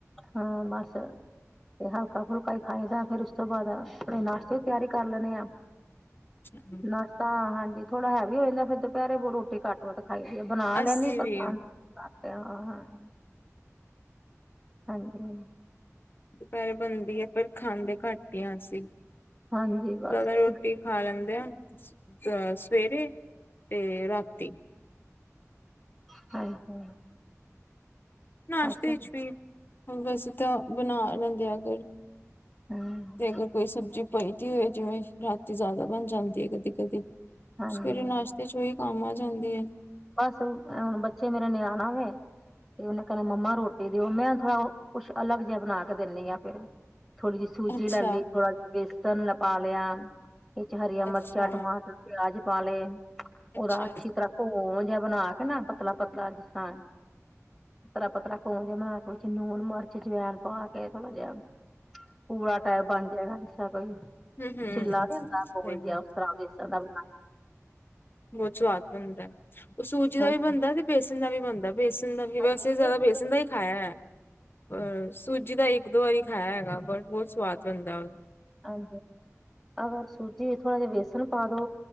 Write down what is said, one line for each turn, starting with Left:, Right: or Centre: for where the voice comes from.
Centre: ਹਾਂ ਬਸ। ਤੇ ਹਲਕਾ-ਫੁਲਕਾ ਹੀ ਖਾਦਾ ਫੇਰ ਉਸ ਤੋਂ ਬਾਅਦ, ਆਪਣੇ ਨਾਸ਼ਤੇ ਦੀ ਤਿਆਰੀ ਕਰ ਲੈਣਦੇ ਆ।
Left: ਹਮ
Centre: ਨਸਤਾ ਹਾਂਜੀ ਥੋੜਾ ਹੈਵੀ ਹੋ ਜਾਂਦਾ, ਫਿਰ ਦੁਪਹਿਰੇ ਬਹੁ ਰੋਟੀ ਘੱਟ ਤੇ ਬਣਾ ਲਈਦੀ
Left: ਅੱਸੀ
Centre: ਹ, ਖਾਈ ਦੀ ਘੱਟ
Left: ਵੀ
Centre: ਆ, ਬਣਾ ਲੈਣੀ ਪਰੰ। ਹਾਂਜੀ, ਹਾਂ
Left: ਦੁਪੈਹਰੇ ਬਨਦੀ ਐ, ਪਰ ਖਾਂਦੇ ਘੱਟ ਈ ਆਂ ਅਸੀ।
Centre: ਹਾਂਜੀ ਬਸ
Left: ਜਾਦਾ ਰੋਟੀ
Centre: ਇੱਕ
Left: ਖਾ ਲੈਂਦੇ ਆਂ, ਅ ਸਵੇਰੇ। ਤੇ ਰਾਤੀ
Centre: <unintelligible>
Left: ਨਾਸ਼ਤੇ
Centre: ਬਸ
Left: 'ਚ ਵੀ ਵੈਸੇ ਤਾਂ ਬਨਾ ਲੈਂਦੇ ਆ ਅਗਰ।
Centre: ਹੂੰ
Left: ਤੇ, ਅਗਰ ਕੋਈ ਸਬਜੀ ਪਈ ਦੀ ਹੋਏ, ਜਿਵੇਂ ਰਾਤੀ ਜ਼ਾਦਾ ਬਨ ਜਾਂਦੀ ਐ ਕਦੀ- ਕਦੀ,
Centre: ਹਾਂਜੀ
Left: ਸਵੇਰੇ ਨਾਸ਼ ਤੇ 'ਚ ਵੀ ਕੰਮ ਆ ਜਾਂਦੀ ਐ।
Centre: ਬਸ, ਹੁਨ ਬੱਚੇ ਮੇਰੇ ਨੇ ਆਨਾ ਵੇ। ਤੇ, ਓਨੇ ਕੇਨਾ ਮੰਮਾ ਰੋਟੀ ਦੇਓ, ਮੈਂ ਥੋੜਾ ਓ ਕੁਛ ਅਲੱਗ ਜੇਆ ਬਣਾ ਕੇ ਦੇਨੀ ਆ ਫੇਰ। ਥੋੜੀ ਜੇਈ ਸੂਜੀ
Left: ਅੱਛਾ
Centre: ਲੈ ਲਈ, ਥੋੜਾ ਜੇਆ ਵੇਸਨ ਪਾ ਲੇਆ, ਵਿੱਚ ਹਰੀਆਂ ਮਰਚਾਂ,
Left: ਅੱਛਾ
Centre: ਟਮਾਟਰ। ਪੇਆਜ ਪਾ ਲਏ, ਓਦਾ
Left: ਅੱਛਾ
Centre: ਅੱਛੀ ਤਰਾਂ ਘੋਂ ਜੇਆ ਬਨਾ ਕੇ ਨਾ, ਪਤਲਾ-ਪਤਲਾ ਜਿਸ ਤਰਾਂ। ਪਤਲਾ-ਪਤਲਾ ਘੋਲ ਜੇਆ ਬਨਾ ਕੇ ਵਿੱਚ ਨੂਣ, ਮਰਚ ਜਵੈਨ ਪਾ ਕੇ ਥੋੜਾ ਜੇਆ ਪੂਰਾ, ਟੈਪ ਬਨ ਜੇਗਾ ਜਿਸ ਤਰਾਂ ਕੋਈ
Left: ਹਮ ਹਮ
Centre: ਚਿੱਲਾ ਨੀਂ ਹੁੰਦਾ
Left: ਸਹੀ
Centre: ਗੋਲ
Left: ਗੱਲ
Centre: ਜੇਆ, ਓਸ ਤਰਾਂ ਵੇਸਣ ਦਾ ਬਨਾ
Left: ਬੌਤ ਸਵਾਦ ਬਨਦਾ, ਓ ਸੂਜੀ ਦਾ
Centre: ਹਾਂਜੀ
Left: ਵੀ ਬਨਦਾ ਤੇ ਬੇਸਨ ਦਾ ਵੀ ਬਨਦਾ। ਵੇਸਣ ਦਾ ਵੀ,
Centre: ਹਾਂਜੀ
Left: ਵੈਸੇ
Centre: ਨਹੀਂ
Left: ਜਾਦਾ
Centre: ਅਗਰ
Left: ਵੇਸਣ ਦਾ ਈ ਖਾਏਆ ਐ, ਪਰ ਸੂਜੀ ਦਾ ਇੱਕ, ਦੋ ਵਾਰੀ ਖਾਏਆ ਹੈਗਾ ਬਟ ਬੌਤ ਸਵਾਦ ਬਨਦਾ।
Centre: ਹਾਂਜੀ, ਅਗਰ ਸੂਜੀ 'ਚ ਥੋੜਾ ਜੇਆ ਵੇਸਨ ਪਾ ਦੋ।